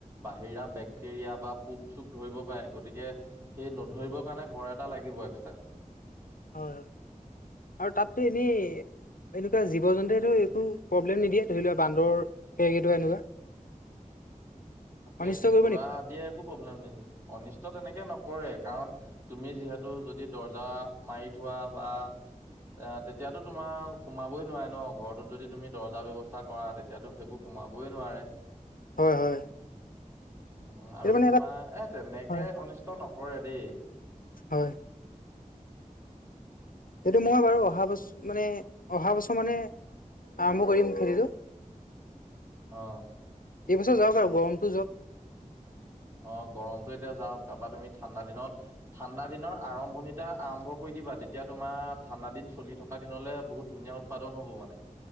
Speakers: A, on the right (about 20°); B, on the left (about 85°).
A: বাহিৰা বেক্টেৰিয়া বা পোক - চোক ধৰিব পাৰে গতিকে সেই নধৰিবৰ কাৰণে ঘৰ এটা লাগিব এক্সট্ৰা।
B: হয় হয় আৰু তাতটো এনেই এনেকুৱা জীৱ - জন্তুৱেটো একো প্ৰব্লেম নিদিয়ে ধৰি লোৱা বান্দৰ কেৰ্কেটুৱা এনেকুৱা?
A: কেৰ্কেটুৱা
B: অনিষ্ট কৰিব নেকি
A: আদিয়ে একো প্ৰব্লেম নিদিয়ে, অনিষ্ট তেনেকে নকৰে কাৰণ তুমি যিহেতু যদি দৰ্জা মাৰি থোৱা বা এ তেতিয়াতো তোমাৰ সোমাবই নোৱাৰে ন ঘৰটোত যদি তুমি দৰ্জা ব্যৱস্থা কৰা তেতিয়াতো সেইবোৰ সোমাবই নোৱাৰে।
B: হয় হয়।
A: উম আৰু
B: এইটো মানে
A: তোমাৰ
B: এটা
A: এ তেনেকে
B: হয়
A: অনিষ্ট নকৰে দেই।
B: হয়। সেইটো মই বাৰু অহা বছ মানে অহা বছৰ মানে আৰম্ভ কৰিম খেতিটো।
A: অ
B: এইবছৰ যাওক আৰু গৰমটো যাওক।
A: অ গৰমতো এতিয়া যাওক তাপা তুমি ঠাণ্ডা দিনত ঠাণ্ডা দিনৰ আৰম্ভণিতে আৰম্ভ কৰি দিবা তেতিয়া তোমাৰ ঠাণ্ডা দিন চলি থকা দিনলে বহুত ধুনীয়া উ উৎপাদন হব মানে।